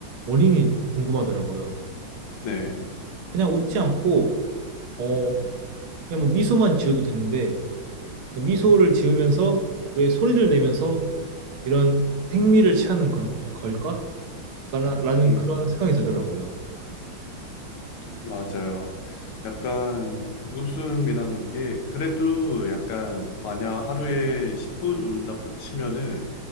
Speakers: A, on the right; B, on the left.
A: 원인이 궁금하더라고요.
B: 네.
A: 그냥 웃지 않고, 어, 그냥 뭐 미소만 지어도 되는데 미소를 지으면서 왜 소리를 내면서 이런 행미를 취하는 거- 걸까? 라는
B: 음.
A: 그런 생각이 들더라고요.
B: 맞아요. 약간 웃음이라는 게 그래도 약간 만약 하루에 10분 웃는다고 치면은